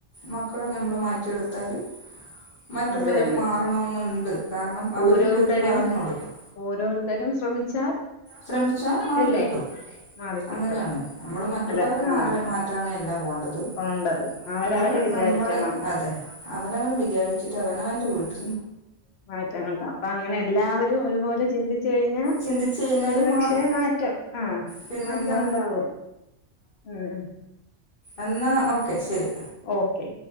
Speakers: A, on the left; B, on the left.
A: മക്കളെ നമ്മള് മാറ്റിയെടുത്താൽ മറ്റുള്ളവര്
B: അതെ അതെ
A: മാറണോന്ന്ണ്ട് കാരണം അവരും
B: ഓരോരുത്തരും
A: പോയിട്ട് പറഞ്ഞു കൊടുക്കാം
B: ഓരോരുത്തരും ശ്രമിച്ചാൽ
A: ശ്രമിച്ചാ മാറിക്കിട്ടും
B: അല്ലേ മാറിക്കിട്ടും
A: അങ്ങനെയാണ് നമ്മള് മറ്റുള്ളവരെ
B: അല്ല ആ
A: മാ മാറ്റാനെല്ല പോണ്ടത്
B: പോണ്ടത് അവരവര്
A: മ്മള്
B: വിചാരിക്കണം
A: നമ്മള് അതെ അവനവൻ വിചാരിച്ചിട്ട് അവനവന്റെ വീട്ടി
B: മാറ്റങ്ങൾ താ അപ്പൊ ങ്ങനെ എല്ലാവരും ഒരുപോലെ ചിന്തിച്ച കഴിഞ്ഞാ
A: ചിന്തിച്ചു കഴിഞ്ഞാൽ
B: ഒരുപക്ഷെ
A: മാറും
B: മാറ്റം ആഹ്
A: പിന്നെന്താ
B: മാറ്റം ണ്ടാവും ഉം
A: എന്നാ ഓക്കെ ശരി
B: ഓക്കേ